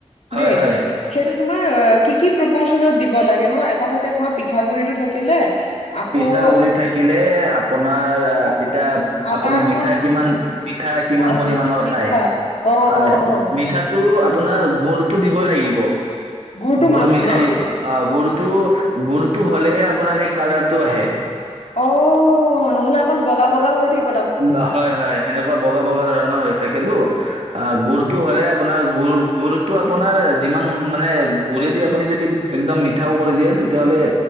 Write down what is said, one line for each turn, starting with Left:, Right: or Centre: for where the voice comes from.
Right: হয়
Left: দেই
Right: হয়
Left: সেইটো তোমাৰ কি কি প্ৰপচনত দিব লাগে নো এটা থাকে তোমাৰ পিঠাগুৰিটো থাকিলে আকৌ
Right: পিঠাগুৰি থাকিলে আপোনাৰ এতিয়া
Left: আটা
Right: আপুনি
Left: অকণ
Right: মিঠা কিমান মিঠা কিমান
Left: অ
Right: পৰিমাণৰ
Left: মিঠা
Right: খায়
Left: অ
Right: হয়,
Left: অ অ
Right: মিঠাটো আপোনাৰ গুড়টো দিবই লাগিব।
Left: গুৰটো
Right: গুড়
Left: মাছ
Right: মিঠাই
Left: ন
Right: অ', গুড় গুৰটো হ'লেহে আপোনাৰ সেই কাল টো আহে।
Left: অ নহ'লে অকণ বগা বগা হৈ দিম
Right: বা হয়, হয় সেনেকুৱা বগা বগা ধৰণৰ হৈ থাকে তো। অ', গুড়টো হ'লে আপোনাৰ গুড় গুড় টো আপোনাৰ যিমান মানে গুড়েদি আপুনি যদি একদম মিঠাও কৰি দিয়ে তেতিয়াহ'লে